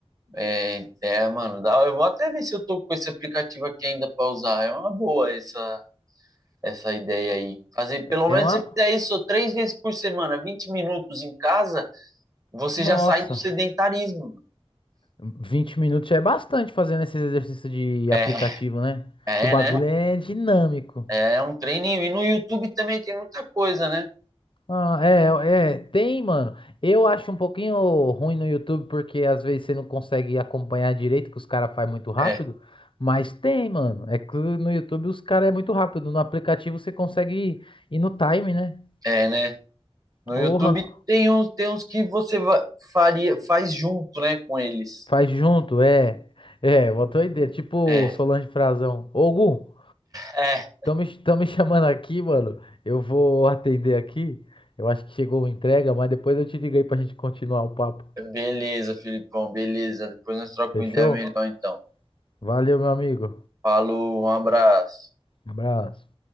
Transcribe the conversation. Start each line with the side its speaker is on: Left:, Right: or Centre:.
Right: é, é, mano, dá, eu vou até ver se eu tô com esse aplicativo aqui ainda pra usar. É uma boa essa, essa ideia aí. Fazer, pelo
Left: É
Right: menos
Left: uma,
Right: se fizer isso três vezes por semana, 20 minutos em casa, você
Left: nossa,
Right: já sai do sedentarismo. mano.
Left: 20 minutos já é bastante fazendo esses exercícios de
Right: É,
Left: aplicativo, né?
Right: é,
Left: Que o bagulho
Right: né?
Left: é dinâmico.
Right: É um treininho. E no YouTube também tem muita coisa, né?
Left: Ah, é, é, tem, mano. Eu acho um pouquinho ruim no YouTube porque às vezes você não consegue acompanhar direito, que os caras fazem muito rápido.
Right: É,
Left: Mas tem, mano. É que no YouTube os caras é muito rápido. No aplicativo você consegue ir, ir no time, né?
Right: é, né? No
Left: Porra,
Right: YouTube tem uns, tem uns que você va- faria, faz junto, né, com eles.
Left: faz junto, é. É, uma doideira. Tipo
Right: É,
Left: Solange Frazão. Ô, Gu,
Right: é.
Left: tão me, tão me <laughs> chamando aqui, mano. Eu vou atender aqui. Eu acho que chegou a entrega, mas depois eu te ligo aí pra gente continuar o papo.
Right: Beleza, Filipão, beleza. Depois nós trocamos
Left: Fechou?
Right: uma ideia melhor, então.
Left: Valeu, meu amigo.
Right: Falou, um abraço.
Left: Abraço.